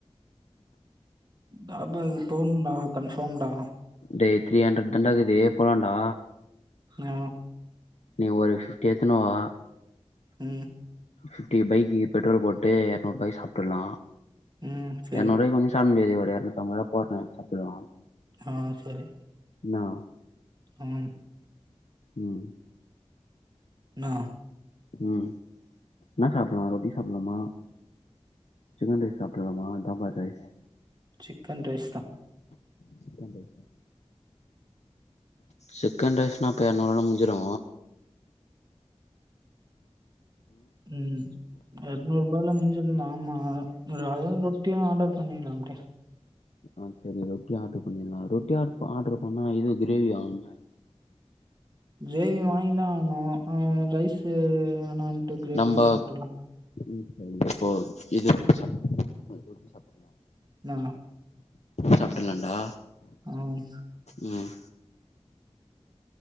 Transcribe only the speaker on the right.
பாபாகு போனுன்னா கன்ஃபாம்டா
நா
ம்
ம் சரி
ஆ செரி
ஆம்
என்னா
சிக்கன் ரைஸ் தா
ம் எறநூறுபால முன்ஞ்சிரு ம் ஆமா அதுவு ரொட்டியு ஆடர் பண்ணிலா அப்டியே
கிரேவி வாங்கிதா ஆவுனு அ ரைஸூ வேணான்ட்டு கிரேவியே
சாப்ட்டுர்லா
நா
ஆ ம்